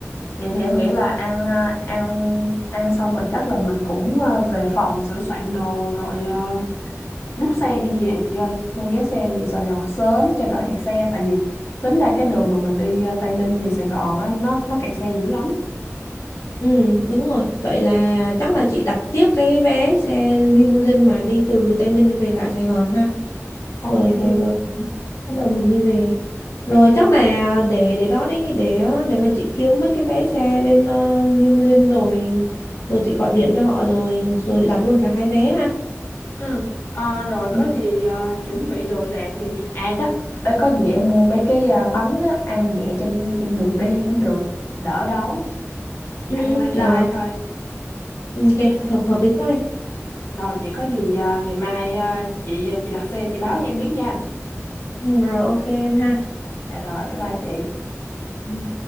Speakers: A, on the left; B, on the left.
A: Vậy thì em nghĩ là ăn à, ăn ăn xong rồi chắc là mình cũng à, về phòng sửa soạn đồ rồi à, bút xe đi về chị ơi mua vé xe về Sài Gòn sớm cho đỡ kẹt xe tại vì tính ra cái đường mà mình đi ờ, Tây Ninh về Sài Gòn á nó nó kẹt xe dữ lắm
B: ừ đúng rồi vậy là chắc là chị đặt tiếp cái vé xe limousine mà đi từ Tây Ninh đi về lại Sài Gòn ha
A: ok
B: rồi rồi rồi bắt đầu mình đi về rồi chắc là để để đó đi để ờ, để mà chị kiếm mấy cái vé xe bên ờ, limousine rồi rồi chị gọi điện cho họ rồi rồi chị đặt luôn cả hai vé ha
A: Ừ, ờ, rồi
B: Ừ.
A: có gì ờ, chuẩn bị đồ đạc thì à chắc để có gì em mua mấy cái à, bánh á, ăn nhẹ trên trên đường đi cũng được đỡ đói
B: ừ
A: ăn lai
B: được
A: rai
B: không
A: thôi.
B: ok
A: Ừ.
B: hợp hợp lý thôi
A: Rồi vậy có gì ờ, ngày mai ờ, chị ờ, chị đặt xe chị báo cho em biết nha.
B: ừ, rồi ok em ha
A: dạ rồi bye bye chị
B: Ừ.